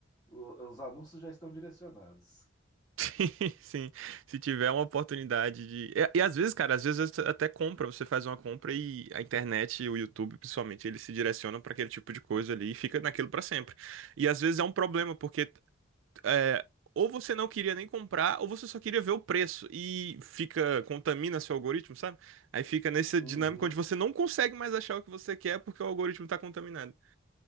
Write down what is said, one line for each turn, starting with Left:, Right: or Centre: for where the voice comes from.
Left: O- os anúncios já estão direcionados.
Right: <laughs> Sim, Se tiver uma oportunidade de. E, e às vezes, cara, às vezes você até compra, você faz uma compra e a internet e o YouTube, principalmente, eles se direcionam pra aquele tipo de coisa ali e fica naquilo pra sempre. E às vezes é um problema, porque é, ou você não queria nem comprar, ou você só queria ver o preço e fica, contamina seu algoritmo, sabe? Aí fica nessa
Left: Uhum.
Right: dinâmica onde você não consegue mais achar o que você quer porque o algoritmo tá contaminado.